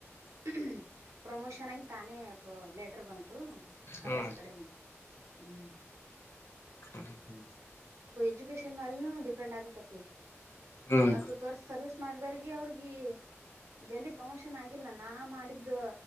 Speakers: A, on the right; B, on the left.
A: <inaudible> ಪ್ರಮೋಷನ್ ಆಗಿ ತಾನೇ ಪ್ರ ಲೆಟರ್ ಬಂತು
B: ಹ್ಮ್
A: ಆಫೀಸ್ ಕಡೆಯಿಂದ ಹ್ಮ್
B: ಹ್ಮ್ ಹ್ಮ್
A: ಎಜುಕೇಶಷನ್ ಮೇಲೆ ಡಿಪೆಂಡ್ ಆಗತ್ತಪ್ಪಿ
B: ಹ್ಮ್
A: ಅದು ತೋರ್ಸ ಮಾಡ ಅವ್ರಗ ಜಲ್ದಿ ಪ್ರಮೋಷನ್ ಆಗಿಲ್ಲ ನಾ ಮಾಡಿದ